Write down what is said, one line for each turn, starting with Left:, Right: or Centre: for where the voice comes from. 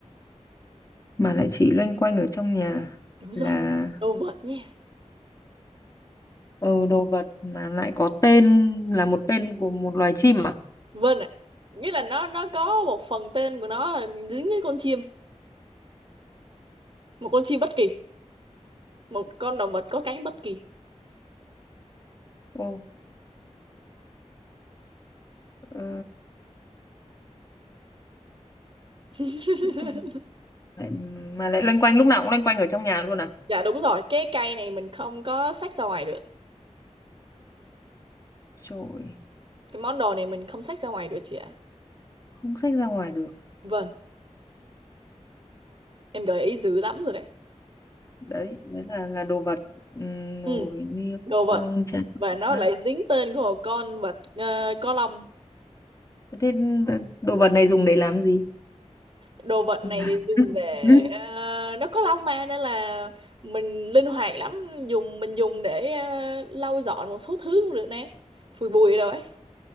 Left: mà lại chỉ loanh quanh ở trong nhà
Right: Đúng
Left: là
Right: rồi. Đồ vật nha.
Left: ờ, đồ vật mà lại có tên là một tên của một loài chim à?
Right: Vâng ạ. Nghĩa là nó nó có một phần tên của nó là dính với con chim, một con chim bất kỳ, một con động vật có cánh bất kỳ.
Left: Ồ, ờ,
Right: <laughs>
Left: tên lại, mà lại loanh quanh lúc nào cũng loanh quanh ở trong nhà luôn à?
Right: Dạ đúng rồi, cái cây này mình không có xách ra ngoài được.
Left: Trời,
Right: Cái món đồ này mình không xách ra ngoài được chị ạ.
Left: không xách ra ngoài được.
Right: Vâng, em gợi ý dữ lắm rồi đấy.
Left: Đấy, đấy là là đồ vật Ừm, nồi
Right: Ừ,
Left: niêu
Right: đồ
Left: xong
Right: vật.
Left: chén
Right: Và nó
Left: bát.
Right: lại dính tên của một con vật ờ, có lông.
Left: Thế đồ vật này dùng để làm gì?
Right: Đồ vật
Left: <laughs>
Right: này dùng để ờ, nó có lông mà nên là mình linh hoạt lắm, dùng mình dùng để ờ, lau dọn một số thứ cũng được đấy. Phủi bụi rồi ấy.